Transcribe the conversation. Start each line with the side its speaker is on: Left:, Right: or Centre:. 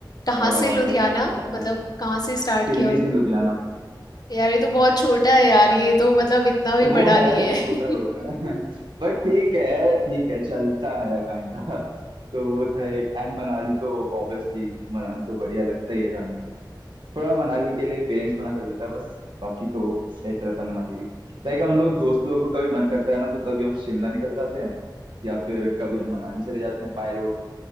Left: कहाँ
Right: और
Left: से लुधियाना
Right: लुधियाना
Left: मतलब
Right: में
Left: कहाँ से स्टार्ट
Right: दिल्ली
Left: किया और
Right: से लुधियाना
Left: यार ये तो बहुत छोटा है यार ये तो मतलब इतना भी
Right: वो
Left: बड़ा
Right: है
Left: नहीं है
Right: छोटा रोड है
Left: <laughs>
Right: <laughs> बट ठीक है ठीक है चलता है काइंडा <laughs> तो वो था एक एंड मनाली तो ऑब्वियसली मनाली तो बढ़िया लगता ही है जाने में थोड़ा मनाली के लिए पेरेंट्स मना कर देता है बस बाकी तो सेट रहता है मनाली भी लाइक हम लोग दोस्त लोगों को कभी मन करता है ना तो कभी हम शिमला निकल जाते हैं या फिर कभी हम मनाली चले जाते हैं बाय रोड